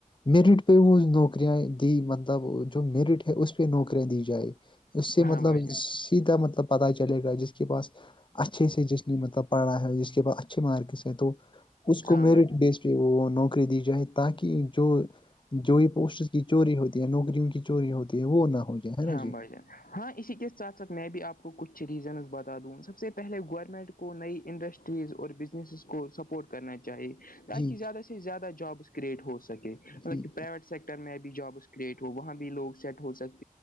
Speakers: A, on the left (about 35°); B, on the left (about 80°).
A: میرٹ پہ وہ نوکریاں دی مطلب جو میرٹ ہے اس پہ نوکری دی جائے اس سے
B: ہاں
A: مطلب
B: بھائی جان
A: تا مطلب پتا چلے گا جس کے پاس اچھے سے جس نے مطلب پڑا ہے جس کے پاس اچھا اچھے مارکس ہے تو اس کو
B: ہاں
A: میرٹ
B: بھائی جان
A: بیس پ وہ نوکری دی جائے تاکہ جو جو یہ پوسٹ کی چوری ہوتی ہے نوکریوں کی چوری ہوتی ہے وہ نہ ہو جائے ہے نا
B: ہاں
A: جی
B: بھائی جان ہاں اسی کے ساتھ ساتھ میں بھی آپ کو کچھ ریزنس بتا دوں سب سے پہلے گورنمنٹ کو کو نئی انڈسٹریز اور بزنسز کو سپورٹ کرنا چاہیے چاہیے تاکہ
A: جی
B: زیادہ سے زیادہ جابس کریٹ ہو سکے مطلب
A: جی
B: کہ پرائیویٹ
A: جی
B: سیکٹر میں بھی جابس کریئٹ ہو وہاں بھی لوگ سیٹ ہو سکتے